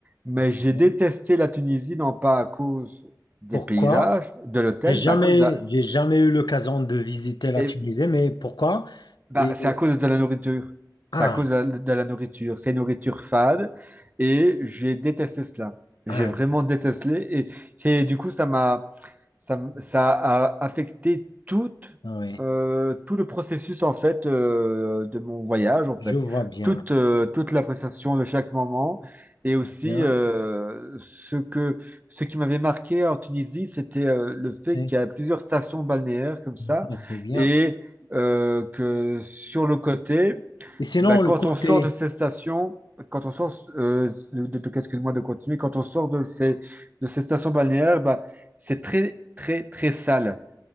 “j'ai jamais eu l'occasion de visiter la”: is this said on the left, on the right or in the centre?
Left